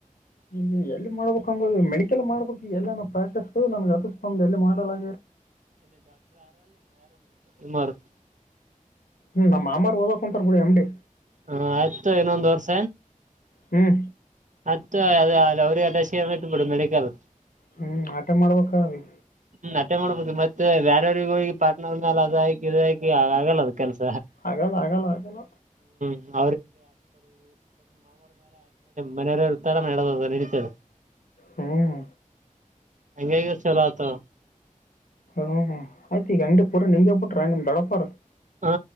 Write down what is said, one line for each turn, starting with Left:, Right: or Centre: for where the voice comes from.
Left: ನೀ ಎಲ್ಲಿ ಮಾಡಬೇಕ ಹ ಮೆಡಿಕಲ್ ಮಾಡಬೇಕು ಎಲ್ಲ ಪ್ರಾಕ್ಿಸ ನನ್ ಅದು ಎಲ್ಲಿ ಮಾಡಲೆ
Right: ಇಮಾರ <unintelligible>
Left: ಹ್ಮ್ ನಮ್ಮ ಮಾಮ್ಮ ಓದಕ್ ಕುಂತಾರ ಬಿಡಿ ಅಂಬಡಿ
Right: ಹ ಆಯ್ತು ಇನ್ನೊಂದ್ ವರ್ಷ
Left: ಹ್ಮ್
Right: ಮತ್ತೆ ಅದ ಅ ಅವ್ರಿಗೆ ಎಲ್ಲ ಶೇ ಇಟ್ ಬಿಡು ಮೆಡಿಕಲ್
Left: ಹ್ಮ್ ಆಟೇ ಮಾಡ್ಬೇಕೀ ಅವ್ರಿ
Right: ಹ್ಮ ಮ ಅತ್ತೆ ಮಾಡ್ಬೇಕು ಮತ್ತೆ ಬೇರವ್ರಗ ಹೋಗಿ ಪಾರಟ್ನರ್ ಮಾಲ ಅದ ಆಕಿ ಇದ್ ಆಕಿ ಆಗಲ್ಲ ಅದ ಕೆಲ್ಸ
Left: ಹಾಗಗಲ್ಲ ಆಗಲ್ಲ ಆಗಲ್ಲ
Right: <unintelligible> ಮನೆಯವರ ತರ ಮಾಡೋದು ನಡೀತದ
Left: ಹ್ಮ್
Right: ಹಂಗೆಯಾಗೆ ಚಲತ
Left: ಹ್ಮ ಆಯ್ತು ಈಗ ಅಂಗಡಿ ಪೂರ ನಿಮ್ಗೆ ಬಿಟ್ರ ನಿಮ್ ದಡಪರ್
Right: ಹಾ